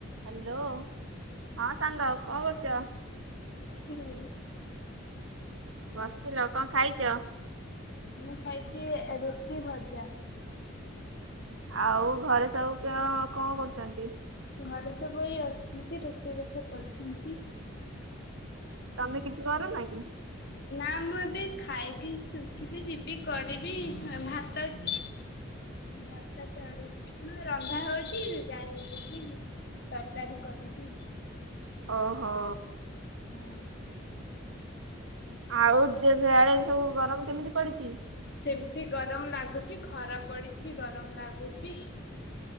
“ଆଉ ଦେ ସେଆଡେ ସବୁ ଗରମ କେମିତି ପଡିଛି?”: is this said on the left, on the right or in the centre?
Right